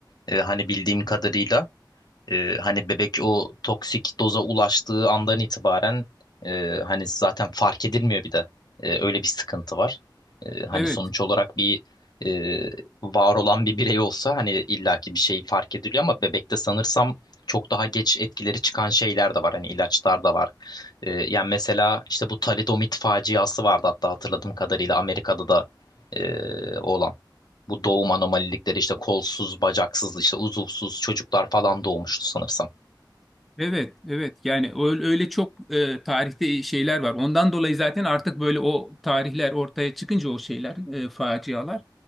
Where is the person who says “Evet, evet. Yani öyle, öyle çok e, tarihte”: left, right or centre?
Centre